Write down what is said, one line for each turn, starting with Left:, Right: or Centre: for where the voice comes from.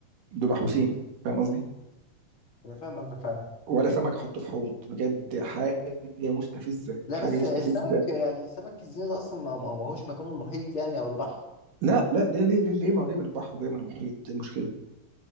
Right: دول محبوسين فاهم قصدي
Left: انا فاهم قصدك فعلا
Right: ولا سمك احطه في حوض بجد حاجه مستفزه
Left: لا
Right: حاجه
Left: بس
Right: مستفزه
Left: السمك يعني سمك الزينة ده اصلا ما ما- ما هوش مكانه المحيط يعني او البحر
Right: لا لا ليه ليه ليه, ليه ما هو جاي من البحر وجاي من المحيط ايه المشكله